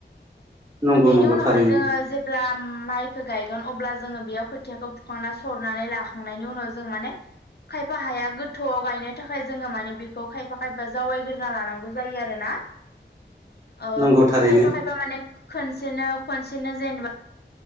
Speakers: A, on the right; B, on the left.
A: नंगौ
B: बेनि
A: नंगौ
B: उनावहाय
A: थारैनो
B: जोङो जेब्ला। ओम माइखौ गायगोन अब्ला जोङो बेयाव खोथियाखौ फुखांना सरनानै लाखांनायनि उनाव जों माने। खायफा हाया गोथौआव गायनो थाखाय जोङो माने बेखौ खायफा खायफा जावायग्रोना लानांगौ जायो आरोना।
A: <inaudible>
B: ओ
A: नंगौ थारैनो
B: खायफा खायफा माने खनसेनो खनसेनो जेनेबा।